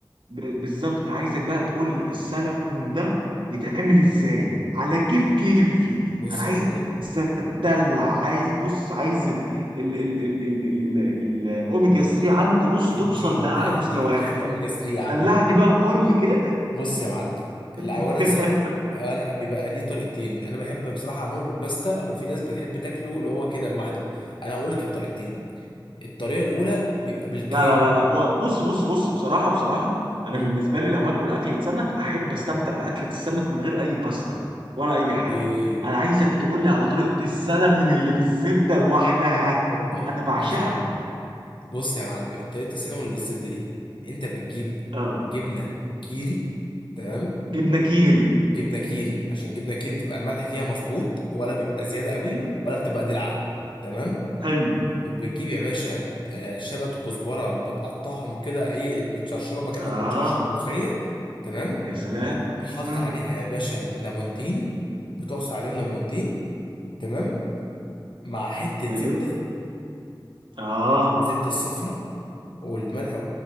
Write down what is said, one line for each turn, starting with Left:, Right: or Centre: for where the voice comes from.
Right: ب- بالظبط انا عايزك بقى تقول لي السلمون ده يتعمل ازاي على كيف كيفي
Left: بص
Right: انا عايز
Left: يا معلم
Right: اتدلع عايز بص عايز ال ال ال ال ال ال ال- الاوميجا 3 عندي بص
Left: اديني
Right: توصل لاعلى
Left: ده هديك
Right: مستوياتها
Left: احلى اوميجا 3 يا عم
Right: دلعني بقى وقول لي كده
Left: بص يا معلم
Right: <laughs>
Left: الاولا السلمون أنا بيبقى ليه طريقتين انا بحب بصراحه اعمله بالباستا وفي ناس بتحب تاكله اللي هو كده لوحده انا هقول لك الطريقتين الطريقه الاولى بيبقى بالكريمه
Right: لا لا لا لا بو- بص بص بص بصراحة بصراحة أنا
Left: امم
Right: بالنسبة لي لو هاكل أكلة سمك أحب أستمتع بأكلة السمك من غير أي باستا ولا أي حاجة
Left: ايه
Right: أنا عايزك تقول لي على طريقة السلمون اللي بالزبدة لوحدها
Left: اوبا
Right: أنا بعشقها
Left: ماشي يا عم بص يا معلم طريقة السينما اللي بالزبدة دي انت بتجيب
Right: أه
Left: جبنة كيري تمام
Right: جبنة كيري
Left: جبنة كيري عشان جبنة كيري بتبقى الملح فيها مظبوط ولا بيبقى زيادة قوي
Right: أيوه
Left: ولا بتبقى دلعة تمام
Right: حلو
Left: وبتجيب يا باشا آه، شبت وكزبرة بتقطعهم كده ايه بتشرشرهم كأنك
Right: آه
Left: بتشرشر ملوخية تمام
Right: يا سلام
Left: وتقوم حاطط
Right: امم
Left: عليها يا باشا ليمونتين بتعصر عليهم ليمونتين تمام مع حتة
Right: أيوه
Left: زبدة
Right: آه
Left: الزبدة الصفراء والملح